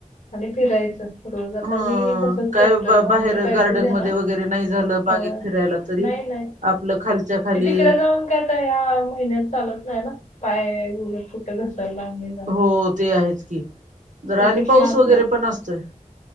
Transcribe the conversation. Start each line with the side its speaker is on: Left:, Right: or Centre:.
Left: आणि फिरायचं. रोज आता
Right: हम.
Left: मी तसच
Right: काय
Left: करतोय
Right: बा
Left: मग आमचा
Right: बाहेर
Left: पॅसेज
Right: गार्डनमध्ये
Left: आहे ना
Right: वगैरे नाही झालं बागेत
Left: होय
Right: फिरायला तरी
Left: नाही नाही
Right: आपलं खालच्या खाली
Left: ते तिकडे जाऊन काय आता या महिन्यात चालत नाही ना. पाय बिय कुठे घसरला आणि हे
Right: हो ते आहेच की. जरा
Left: त्यापेक्षा
Right: आणि पाऊस
Left: आपला
Right: वगैरे पण असतोय.